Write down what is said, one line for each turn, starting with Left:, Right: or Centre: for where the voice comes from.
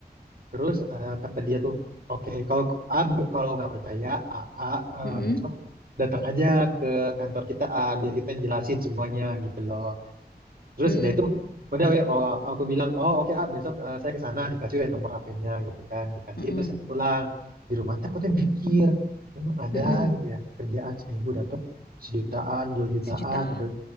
Right: terus eh, kata dia tuh oke kalau ah, b- kalau nggak percaya ah, ah, eh,
Left: Mm-mm.
Right: besok datang aja ke kantor kita ah, biar kita yang jelasin semuanya gitu loh. Terus
Left: Mmm,
Right: udah itu, udah weh, oh, aku bilang, oh oke ah besok eh, saya ke sana dikasih weh nomor HP-nya gitu kan, dikasih
Left: mhm,
Right: itu saya pulang di rumah tuh aku tuh mikir, emang ada
Left: mhm,
Right: gitu ya kerjaan seminggu dapat sejutaan, dua jutaan
Left: Sejuta,
Right: gitu,